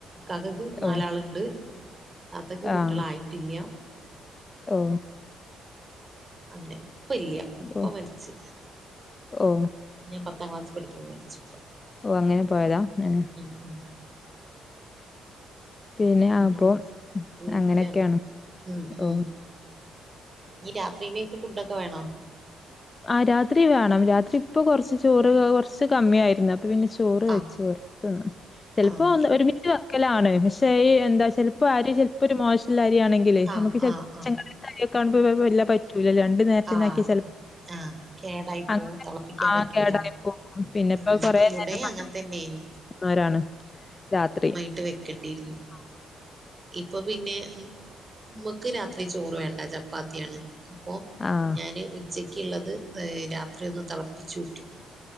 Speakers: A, on the right; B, on the left.
A: കകയ്ക്ക് നാലാളുണ്ട്
B: ഓ
A: താത്തയ്ക്ക് കുട്ടികളായിട്ടില്ല
B: ആഹ് ഓ
A: അങ്ങനെ ഉപ്പ ഇല്ല ഉപ്പ
B: ഓ
A: മരിച്ച്
B: ഓ
A: ഞാൻ പത്താം ക്ലാസ് പഠിക്കുമ്പോ മരിച്ചു പ്പ
B: ഓ അങ്ങനെ പോയതാ ഏ
A: ഉം
B: പിന്നെ
A: അങ്ങനെ
B: അപ്പൊ
A: വീട്ടില
B: അങ്ങനെയൊക്കെയാണ്
A: ങ്ങനെ ഉ ഉ
B: ഓ
A: ഈ രാത്രിയിലേക്ക് ഫുഡൊക്കെ വേണോ?
B: ആ രാത്രി വേണം രാത്രി ഇപ്പൊ കുറച്ച് ചോറ് കുറച്ച് കമ്മിയ ആയിരുന്നു പിന്നെ ചോറ്
A: ആ
B: വെച്ച് കൊറച് തിന്നു ചെലപ്പോ
A: ആ എ-
B: ഒരിമിച്ച് വക്കലാണ് പക്ഷേ ഈ എന്താ ചിലപ്പോൾ അരി ചിലപ്പോ ഒരു മോശം അരിയാണെങ്കിൽ ങ്കിൽ
A: ആ
B: നമുക്ക് ചപ്പോണുമ്പ
A: ആ ആ
B: വല്ലാ പറ്റൂല്ല രണ്ടു നേരത്തി
A: ആ
B: ആക്കിയ
A: അതെ
B: ചെലപ്പോ
A: ആ കേടായി
B: അങ്ങനെ
A: പോവും തിളപ്പിക്കാൻ
B: ആ
A: പറ്റൂല
B: കേടായിപ്പോ പിന്നെപ്പോ
A: ഉം
B: കൊറ
A: ഇവിടെ
B: നേരം
A: അങ്ങനെ തന്നെയായിരുന്നു
B: ആരാണ് രാത്രി
A: ട്ട് വെക്കേണ്ടിയിരുന്നു
B: ആ
A: ഇപ്പൊ പിന്നെ മമക്ക് രാത്രി ചോറ് വേണ്ട ചപ്പാത്തിയാണ് അപ്പോ
B: ആഹ്
A: ഞാന് ഉച്ചക്കുള്ളത് രാത്രി ഒന്ന് തിളപ്പിച്ചു ഊറ്റും